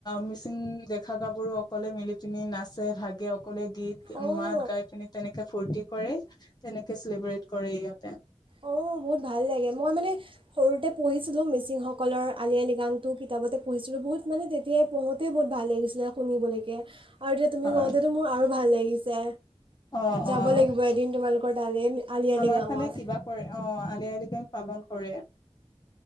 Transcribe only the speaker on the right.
অঁ
অ, বহুত ভাল লাগে মই মানে সৰুতে পঢ়িছিলো মিচিংসকলৰ আলি আই লৃগাং তো কিতাপতে পঢ়িছিলো বহুত মানে তেতিয়াই পঢ়োতেই বহুত ভাল লাগিছিলে শুনিবলৈকে আৰু এতিয়া তুমি
কওতেতো মোৰ আৰু ভাল লাগিছে
যাব
লাগিব এদিন তোমালোকৰ তালৈ আলি আই
লৃগাঙত